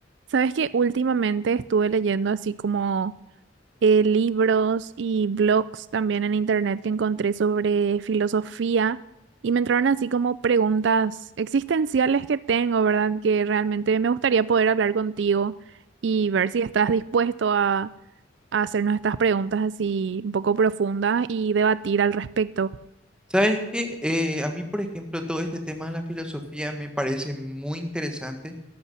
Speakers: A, on the right; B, in the centre.
A: Sabes que últimamente estuve leyendo así como eh, libros y blogs también en internet que encontré sobre filosofía y me entraron así como preguntas existenciales que tengo, ¿verdad? Que realmente me gustaría poder hablar contigo y ver si estás dispuesto a, a hacernos estas preguntas así un poco profundas y debatir al respecto.
B: ¿Sabes qué? Eh, a mí, por ejemplo, todo este tema de la filosofía me parece muy interesante